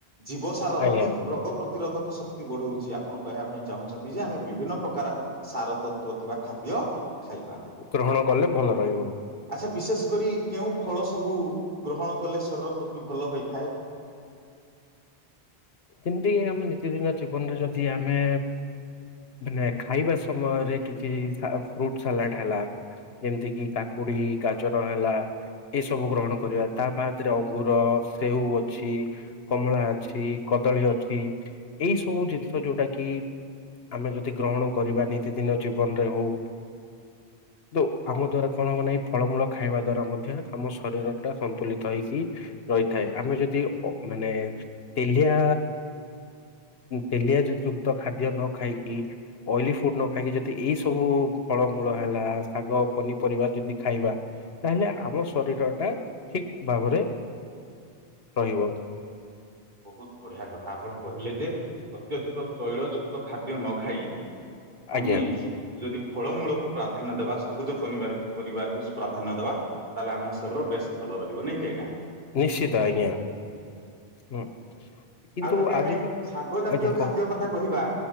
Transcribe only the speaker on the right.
ଜୀବସାର ରୋଗୀ
ରୋଗପ୍ରତି ପ୍ରତିରୋଧକ ଶକ୍ତି ବଢଉଛି ଆପଣ କହିବା ପାଇଁ ଚାହୁଁଛନ୍ତି ଯେ ଆମେ ବିଭିନ୍ନ ପ୍ରକାର ସାରତତ୍ତ୍ୱ ଥିବା ଖାଦ୍ୟ ଖାଇବା
ଆ ବିଶେଷ କରି କେଉଁ ଫଳ ସବୁ ଗ୍ରହଣ କଲେ ଶରୀର ପ୍ରତି ଭଲ ହୋଇଥାଏ।
ହଁ
ବହୁତ ବଢିଆ କଥା ଆପଣ କହିଲେ ଯେ ଅତ୍ୟଧିକ ତୈଳ ଯୁକ୍ତ ଖାଦ୍ୟ ନ ଖାଇ
ଆମେ ଯଦି ଫଳମୂଳକୁ ପ୍ରାଧାନ୍ୟ ଦେବା ସବୁଜ ପନିବାର ପରିବାକୁ ସ ପ୍ରାଧାନ୍ୟ ଦବା। ତାହେଲେ ଆମ ଶରୀର ବେଶ୍ ଭଲ ରହିବ ନାଇଁ କି ଆଜ୍ଞା।
ଆଉ ଯଦି ଆମେ
ଶାଗ ଜାତୀୟ
ଖାଦ୍ୟ କଥା କହିବା।